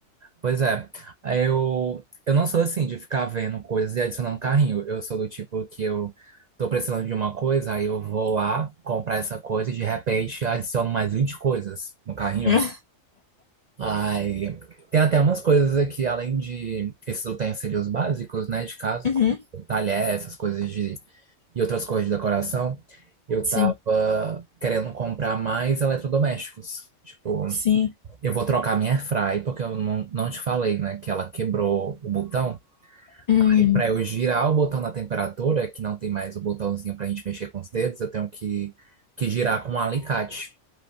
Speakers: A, on the right; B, on the left.
A: Pois é, eu, eu não sou assim de ficar vendo coisas e adicionando carrinho. Eu sou do tipo que eu tô precisando de uma coisa, aí eu vou lá comprar essa coisa e de repente adiciono mais 20 coisas no carrinho.
B: <laughs>
A: Ai, tem até umas coisas aqui, além de esses utensílios básicos, né, de casa,
B: Uhum.
A: como talher, essas coisas de, e outras coisas de decoração, eu
B: Sim,
A: tava querendo comprar mais eletrodomésticos. Tipo,
B: sim.
A: eu vou trocar minha airfry, porque eu não, não te falei, né, que ela quebrou o botão.
B: Hum,
A: Aí, pra eu girar o botão da temperatura, que não tem mais o botãozinho pra gente mexer com os dedos, eu tenho que, que girar com um alicate.